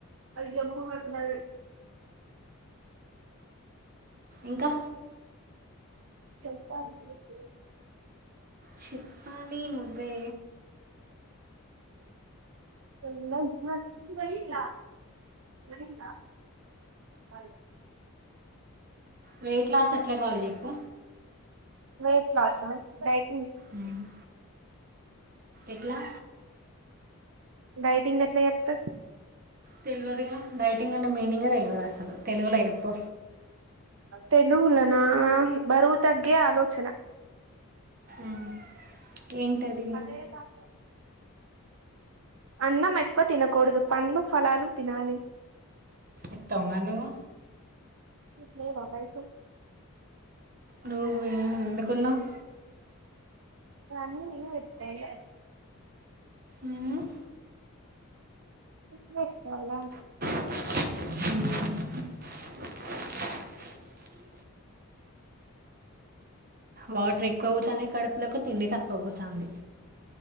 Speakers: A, on the right; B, on the right.
A: అయ్య మహమ్మన్నారు
B: ఇంకా
A: చెప్పాలి పిన్ని
B: చిప్పాలి నువ్వే
A: అల్ వైజ్ వైలా నైన్లా అదే
B: వెయిట్ లాస్ ఎట్ల కావాలి చెప్పు?
A: వెయిట్ లాస వెయిట్
B: ఉమ్ ఎట్లా
A: డైటింగ్ ఎట్ల చేత్త
B: తెలివదుగా డైటింగంటే మీనింగే తెలివదు అసలు తెలుగుల చెప్పు
A: తెలుగుల నా బరువు తగ్గే ఆలోచన.
B: మ్మ్ ఏంటది
A: అ తబ అన్నం ఎక్కువ తినకూడదు, పండ్లు ఫలాలు తినాలి.
B: ఇత్తవమరి నువ్వు
A: నీకు లేవా పైసలు?
B: నువే ఎందుకున్నవ్?
A: అన్ని ననే పెట్టుడా ఇగ
B: ఉమ్
A: పెట్టాలా
B: ఉమ్ వాటర్ ఎక్కువ అవుతాన్నై కడుపులకు, తిండి తక్కువ పోతాంది.